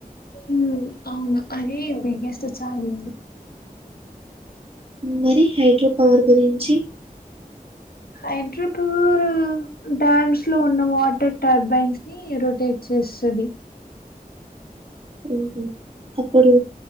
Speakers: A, on the left; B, on the right.
A: మ్ అవును అదే బిగ్గెస్ట్ చాలెంజ్
B: మరి హైడ్రో పవర్ గురించి
A: హైద్రపూర్ డ్యామ్స్ లో ఉన్న వాటర్ టర్బైన్స్ ని ని రొటేట్ చేస్తది.
B: ఉ అప్పుడు